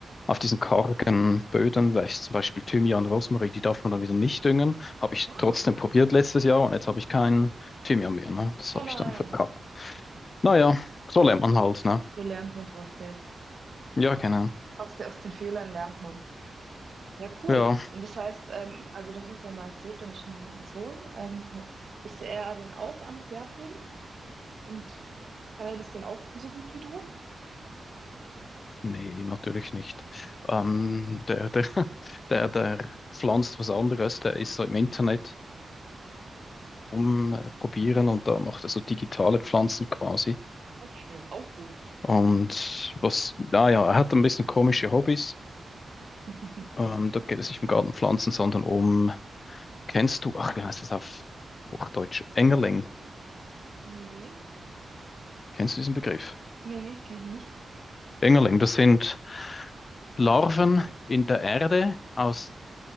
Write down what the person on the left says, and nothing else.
auf diesen kargen Böden wächst, zum Beispiel Thymian, Rosmarin, die darf man dann wieder nicht düngen. Habe ich
trotzdem probiert letztes Jahr und jetzt habe ich keinen Thymian mehr, ne? Das
habe
ich dann verkackt. Naja, so lernt man halt, ne?
Ja, genau.
Ja,
nee, natürlich nicht. Ähm, der, der, <laughs> der, der pflanzt was anderes, der ist so im Internet. rumprobieren und da macht er so digitale Pflanzen quasi.
Und was, naja, er hat ein bisschen komische Hobbys.
Ähm, da geht es nicht um Gartenpflanzen, sondern um, kennst du, ach, wie heißt das auf Hochdeutsch? Engerling.
Kennst du diesen Begriff?
Engerling, das sind Larven in der Erde aus